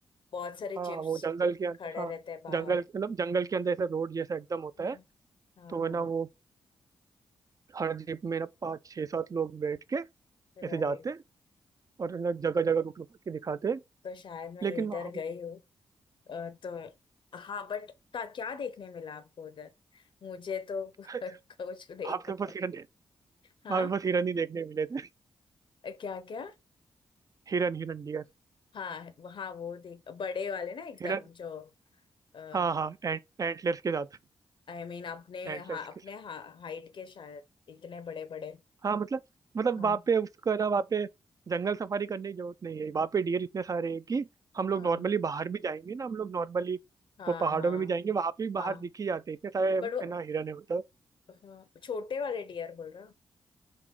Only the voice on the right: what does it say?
हाँ
वो जंगल के अंदर
हाँ
जंगल मतलब जंगल के अंदर ऐसा रोड जैसा एकदम होता
है
तो है ना वो हर जीप में ना पाँच छह सात लोग बैठ के
ऐसे जाते और ना जगह जगह रुक रुक के दिखाते
लेकिन
वहाँ
हम
<laughs>
वहाँ पे बस हिरन
वहाँ पे बस हिरन ही देखने मिले थे
हिरन हिरन डियर
हिरन
हाँ हाँ एंट एंटलर्स के साथ
एंटलर्स
के साथ
हाँ मतलब मतलब
वहाँ पे उसका ना वहाँ पे जंगल सफारी करने की जरूरत नहीं है वहाँ पे डियर इतने सारे हैं कि हम लोग
नॉर्मली बाहर भी जाएंगे ना हम लोग नॉर्मली
वो पहाड़ों
में भी जाएंगे वहाँ पे भी बाहर
दिख ही जाते हैं इतने सारे
है ना हिरन है मतलब